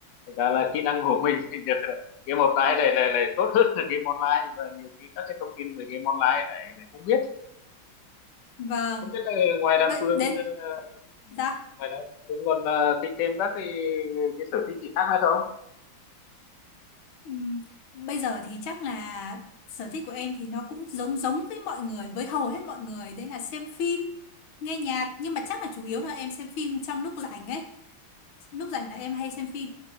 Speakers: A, on the left; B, on the left.
A: thành ra là kỹ năng của mình <laughs> thì giờ là game offline này này này tốt hơn là game online và nhiều khi các cái thông tin về game online này này không biết
B: vâng
A: không biết là ngoài
B: Bậy-
A: đa phương
B: đến
A: ờ,
B: dạ
A: ngoài đa phương còn ờ, thích thêm các cái cái sở thích gì khác nữa không
B: Ừm, Bây giờ thì chắc là sở thích của em thì nó cũng giống giống với mọi người, với hầu hết mọi người, đấy là xem phim, nghe nhạc, nhưng mà chắc là chủ yếu là em xem phim trong lúc rảnh ấy. Lúc rảnh là em hay xem phim.